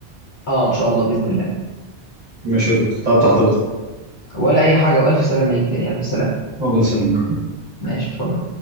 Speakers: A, on the left; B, on the right.
A: اه ان شاء الله باذن الله
B: ماشي يا دكتور تعبت حضرتك
A: ولا اي حاجه والف سلامه ليك تاني الف سلامه
B: الله يسلمك
A: ماشي اتفضل